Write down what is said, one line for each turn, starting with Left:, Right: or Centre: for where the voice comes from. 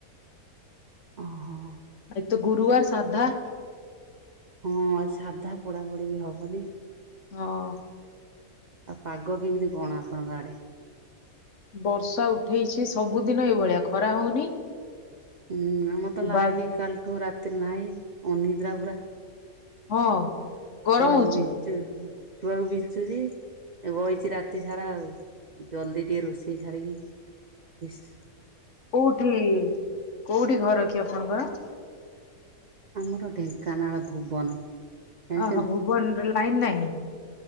Right: ଅ ହ।
Left: ଆଜି ତ ଗୁରୁବାର ସାଧା।
Right: ହଁ ଆଜି ସାଧା ପୋଡ଼ା ପୋଡି ବି ହବନି।
Left: ହଁ।
Right: ଆଉ ପାଗ କେମିତି କଣ ଆପଣଙ୍କ ଆଡେ?
Left: ବର୍ଷା ଉଠେଇଛି ସବୁଦିନ ଏଇଭଳିଆ ଖରା ହଉନି।
Right: ହୁଁ ଆମର ତ ଲାଇନି
Left: ବା
Right: କାଲିଠୁ ରାତି ନାହିଁ ଅନିଦ୍ରା ପୁରା।
Left: ହଁ। ଗରମ
Right: ଛୁଆକୁ
Left: ହଉଛି
Right: ବିଞ୍ଚୁ ଛୁଆକୁ ବିଞ୍ଚୁଛି। ଏ ବଇଚି ରାତି ସାରା ଆଉ ଜଲଦି ଟିକେ ରୋଷେଇ ସାରିକି ହିସ୍।
Left: କୋଉଠି କୋଉଠି ଘର କି ଆପଣଙ୍କର?
Right: ଆମର ଢେଙ୍କାନାଳ ଭୁବନ। ଜାଣିଛନ୍ତି?
Left: ଓହୋ ଭୁବନରେ ଲାଇନ ନାହିଁ।